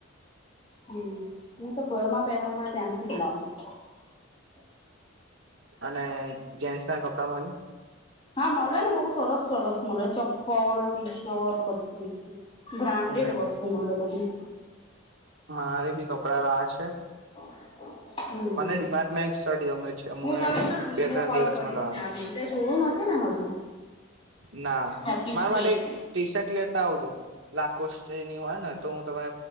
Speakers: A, on the left; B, on the right.
A: હમ. હું તો ઘર માં પહેરવાના ત્યાં <unintelligible>
B: અને જેન્સ ના કપડા મલે
A: હા મલે ને બહુ સરસ સરસ મડે ચપ્પલ ટી શર્ટ બધું. બ્રાન્ડેડ
B: હમ
A: વસ્તુ મતલબ બધી
B: મારે બી કપડા લાવા છે
A: હા હમ હમ
B: મને ડીમાર્ટમાં એક શર્ટ ગમે છે
A: હું તને વિડીયો
B: બે ત્રણ
A: કોલ
B: દિવસમાં
A: કરીશ
B: લાવવાનો
A: ત્યાં જઈને ત્યા જોયું નથી ને હજુ
B: ના
A: હેપી
B: મારા
A: સ્ટેટ
B: માટે એક ટી શર્ટ લેતા આવજો. લાખો શ્રેણી હોય ને તો હું તને